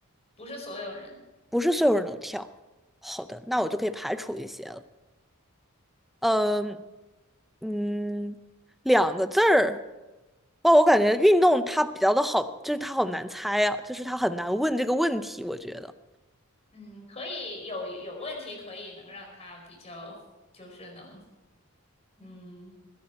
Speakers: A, on the left; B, in the centre.
A: 不是所有人。
B: 不是所有人都跳。好的，那我就可以排除一些了。嗯嗯，两个字儿。哇，我感觉运动它比较的好，就是它好难猜啊，就是它很难问这个问题，我觉得
A: 嗯，可以有有问题，可以能让他比较，就是能嗯